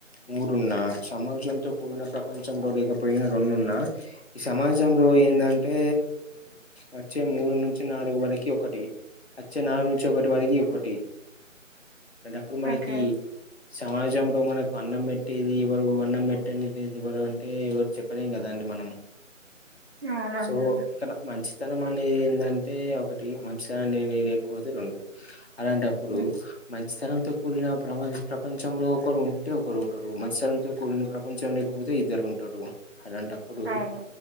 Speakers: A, on the left; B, on the right.
A: మూడున్నా సమాజంతో కూడిన ప్రపంచంలో ర లేకపోడిన రెండున్నా ఈ సమాజంలో ఏంటంటే వచ్చే మూడు నుంచి నాలుగు వరకి ఒకటి వచ్చే నగు నుంచి ఒకటి వరకి ఒకటి అంటప్పుడు మనకి
B: ఓకే.
A: సమాజంలో మనకు అన్నం పెట్టే ఎవరు అన్నం పెట్టండి లేదు ఎవరు అంటే ఎవరు చెప్పలేం కదండి మనం
B: అవునండి.
A: సో ఇంకా మంచి స్తనం అనేది ఏంటంటే ఒకటి మంచితనం అనేది లేకపోతే రెండు అలాంటప్పుడు
B: హ్మ్.
A: మంచి స్ కూన ప్ర ప్రపంచంలో ఒక ఉంటే ఒక ఉంటరు మంచి స్ర కూ ప్రపంచంలో ఇద్దరు ఉంటారు అలాంటప్పుడు
B: అవును.